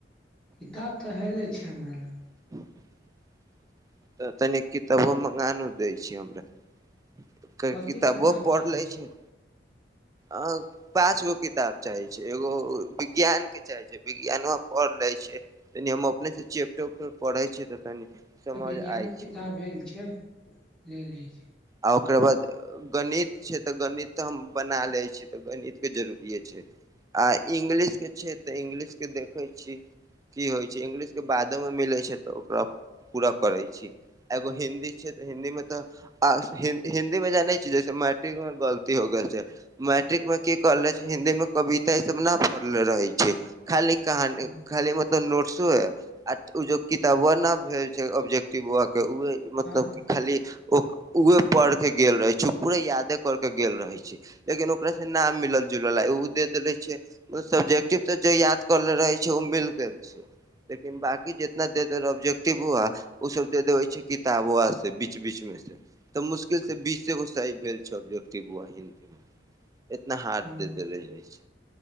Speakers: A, in the centre; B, on the right.
A: किताब तऽ हेले छै हमरा लग।
B: <inaudible> तऽ तनी किताबो मंगानो दै छी हमरा। त
A: कथी
B: किताबो
A: किताब
B: पढ़ि
A: चाहै
B: लै छै। अऽ पाँच गो किताब चाहे छै, एगो विज्ञान के चाहे छै। विज्ञान पढ़ लै छिये तनी हम अपने से चेप्टर- उपटर पढ़े छियै तऽ तनि समझ
A: तऽ विज्ञान
B: आय
A: किताब
B: छै
A: भेल छै, ले लै छै।
B: आ ओकर बाद गणित छै तऽ गणित तऽ हम बना लै छी, तऽ गणित के जरुरए छै। आ इंग्लिश के छै, तऽ इंग्लिश के देखैत छी। की होइ छै, इंगलिश के बादो मे मिलै छै तऽ ओकरा पूरा करै छी, एगो हिन्दी। हिन्दी मे तऽ, आ हिन्दी- हिन्दी मे जाने छै जैसे मैट्रिक मे गलती हो गेल छै। मैट्रिक मे की करले छै, हिन्दी मे कविता ई सब न पढ़ल रहै छै। खाली कहानी
A: हँ
B: खाली मू मत नोट्सो ह आ ओ जो किताबो ने भेल छै, ऑब्जेक्टिवा के उहे मतलब
A: हँ
B: कि खाली ओ उए पढ़ के गेल रहे छै, पूराे यादे कर के गेल रहे छै। लेकिन ओकरास से ना मिलल- जुलल ओ दे देेले छै। ओ सब्जेक्टिव तऽ जे याद करले रहे छै, ओ मिल गेल छै, लेकिन बाकी जितना। <unintelligible> ऑब्जेक्टिव ओ सब दे दे छै किताबुआ से बीच-बीच मे से। तऽ मुश्किल से बीसेगो सही भेल छै, ऑब्जेक्टिववा सब। इतना हार्ड
A: हँ
B: दे देले रह छै,